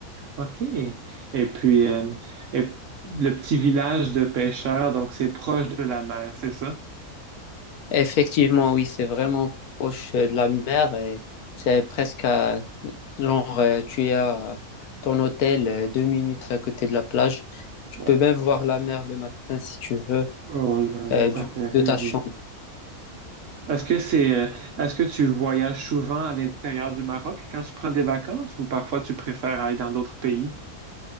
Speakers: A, on the right; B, on the left.
A: OK. Et puis, euh, et le petit village de pêcheurs, donc c'est proche de la mer, c'est ça?
B: Effectivement, oui, c'est vraiment proche euh, de la mer et c'est presque à, genre, euh, tu es à ton hôtel euh, deux minutes à côté de la plage. Tu
A: Wow.
B: peux même voir la mer le matin si tu veux
A: Oh là là,
B: euh,
A: ça
B: du-
A: fait rêver.
B: de ta chambre.
A: Est-ce que c'est, euh, est-ce que tu voyages souvent à l'intérieur du Maroc quand tu prends des vacances ou parfois tu préfères aller dans d'autres pays?